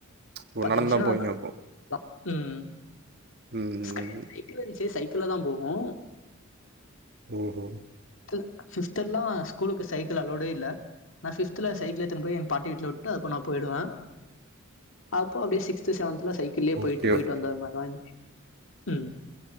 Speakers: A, on the right; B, on the left.
A: ஓ
B: பத்து
A: நடந்து
B: நிமிஷோந்தா
A: தான் போவீங்க அப்போ
B: வா ம்
A: ம்
B: ஸ்கை பட்டி வந்ச்சு சைக்கிள்ளதான் போவோ
A: ஓஹோ
B: ஃபிஃபித் ஃபிஃபிதெல்லா ஸ்கூலுக்கு சைக்கிள் அளோடே இல்ல நா ஃபிஃப்த்ல சைகில் எத்துன்னு போய் என் பாட்டி வீட்ல விட்டு அதுக்கப் நா பேயிடுவ அப்போ அப்டியே சிக்ஸ்த்து செவன்த்ல சைக்கிள்லயே
A: ஓகே
B: போயிட்டு போயிட்டு
A: ஓகே
B: வந்தது மாரிதான் உம்